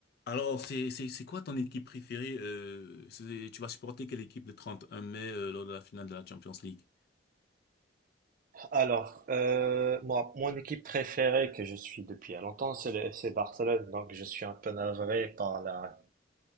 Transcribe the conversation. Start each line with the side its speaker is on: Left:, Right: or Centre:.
Left: Alors, c'est, c'est, c'est quoi ton équipe préférée? euh, c'est- tu vas supporter quelle équipe le 31 mai euh, lors de la finale de la Champions League?
Right: Alors, euh, moi, mon équipe préférée que je suis depuis à longtemps, c'est le FC Barcelone. Donc, je suis un peu navré par la,